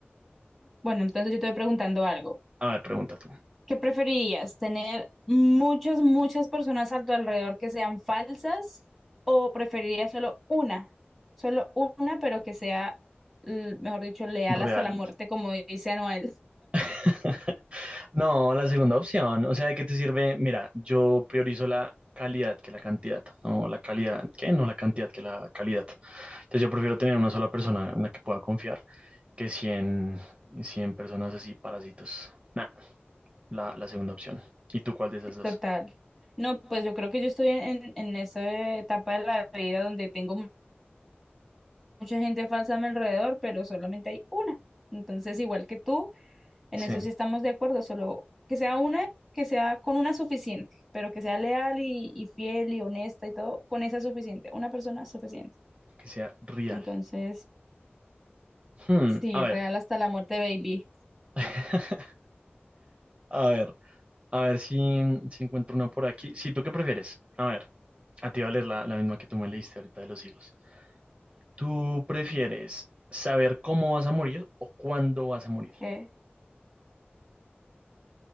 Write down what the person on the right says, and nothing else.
A ver, pregunta tú.
Real.
<laughs> No, la segunda opción. O sea, ¿de qué te sirve? Mira, yo priorizo la calidad que la cantidad. No, la calidad, ¿qué? No la cantidad que la calidad. Entonces yo prefiero tener una sola persona en la que pueda confiar que cien, cien personas así parásitos. Nah, la, la segunda opción. ¿Y tú cuál de esas dos?
Sí,
que sea real.
Hmm,
a ver.
<laughs> A ver, a ver si, si encuentro una por aquí. Sí, ¿tú qué prefieres? A ver, A ti va a leer la, la misma que tú me leíste ahorita de los higos. ¿Tú prefieres saber cómo vas a morir o cuándo vas a morir?